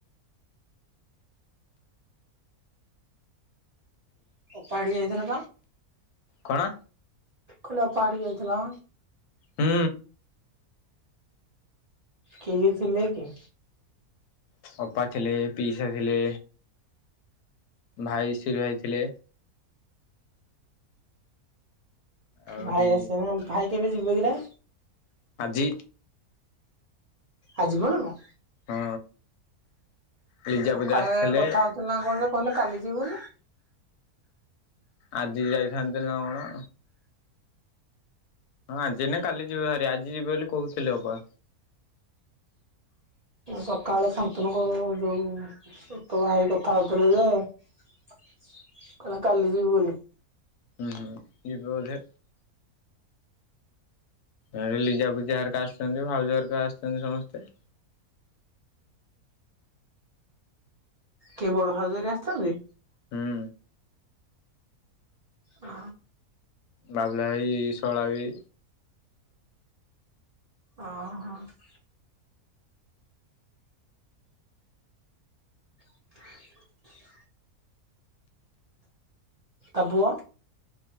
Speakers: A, on the right (about 60°); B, on the left (about 85°).
A: ଓପାଡି ଯାଇଥିଲା
B: କଣ?
A: କଣ ଓପାଡ଼ି ଯାଇଥିଲ?
B: ହୁଁ।
A: କିଏ କିଏ ଥିଲେ କି?
B: ଅପା ଥିଲେ ପିଇସା ଥିଲେ। ଭାଇସରଏ ଥିଲେ। ଆହୁରି
A: ଭାଇ ଆସେ ନା ଭାଇ କେବେ ଯିବ କିରା
B: ଜି
A: ଆଜିିବ ନା କଣ?
B: ହଁ ଲିଜାପଦା
A: ସକାଳେ
B: ଆସିଥିଲେ
A: କଥା ହଉଥିଲା ନା କଣରେ କହିଲା କାଲି ଯିବୁନି।
B: ଆଜି ଯାଇଥାନ୍ତି ନା କଣ ହଁ ଆଜି ନା କାଲି ଯିବେ ହରି ଆଜି ଯିବେ ବୋଲି କହୁଥିଲେ ଅପା।
A: ସକାଳେ ଶାନ୍ତନୁଙ୍କ ଯୋଉ ଭାଇ କଥା ହଉଥିଲେ ଯେ କହିଲା କାଲି ଯିବ ବୋଲି।
B: ହୁଁ ହୁଁ ଯିବେ ବୋଧେ। ଏଠି ଲିଜାପିଜା ହରିକା ଆସିଛନ୍ତି ଭାଉଜ ହରିକା ଆସିଛନ୍ତି ସମସ୍ତେ।
A: କିଏ ବଡ ଭାଉଜ ହରି ଆସିଛନ୍ତି?
B: ହୁଁ
A: ଆ
B: ବାଉଳାଇ ଶଳା ବି
A: ଅ ହ <inaudible> ଆବୁଆ